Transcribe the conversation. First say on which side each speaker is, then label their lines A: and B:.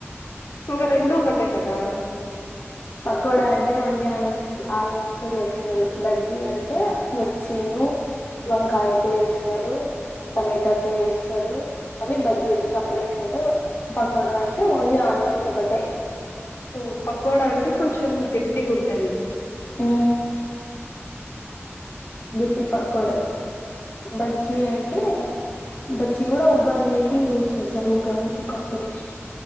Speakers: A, on the left (about 75°); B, on the left (about 45°).
A: ఇక రెండూ ఒకటె కదా
B: పకోడా అంటే ఓన్లీ ఆనియన్స్ ఆనియన్స్ తో చేస్తరు. బజ్జీ అంటే మిర్చిను వంకాయతో చేస్తరూ టమటాతో చేస్తారు. అవి బజ్జీలు సపరేట్ అంటే పకోడా అంటే ఓన్లీ ఆనియన్స్ ఒకటే
A: ఓ పకోడా అంటే కొంచెం గట్టిగ ఉంటది.
B: ఆ గట్టి
A: ఓకే
B: పక్కోడా బజ్జీ అంటే బజ్జి కూడా ఉగ్గానికిలోకి యూస్ చేస్తారు. ఉగ్గానికి కాంబినేషన్